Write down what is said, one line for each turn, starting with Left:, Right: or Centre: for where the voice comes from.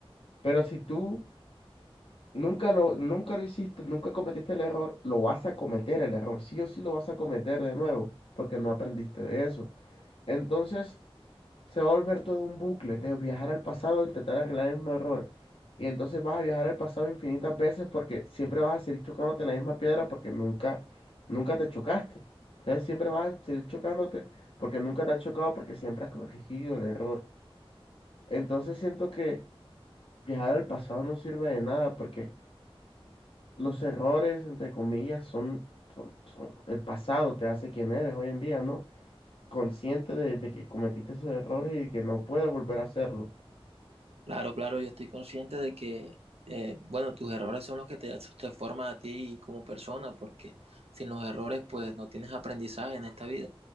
Left: Pero si tú nunca lo, nunca lo hiciste, nunca cometiste el error, lo vas a cometer el error. Sí o sí lo vas a cometer de nuevo porque no aprendiste de eso. Entonces, se va a volver todo un bucle de viajar al pasado, intentar arreglar el mismo error. Y entonces vas a viajar al pasado infinitas veces porque siempre vas a seguir chocándote en la misma piedra porque nunca, nunca te chocaste. Entonces siempre vas a seguir chocándote porque nunca te has chocado porque siempre has corregido el error. Entonces siento que viajar al pasado no sirve de nada porque los errores, entre comillas, son, son, son- el pasado te hace quien eres hoy en día, ¿no? Consciente de, de que cometiste esos errores y que no puedes volver a hacerlo.
Right: Claro, claro, yo estoy consciente de que, eh, bueno, tus errores son los que te, te forman a ti como persona, porque sin los errores, pues no tienes aprendizaje en esta vida.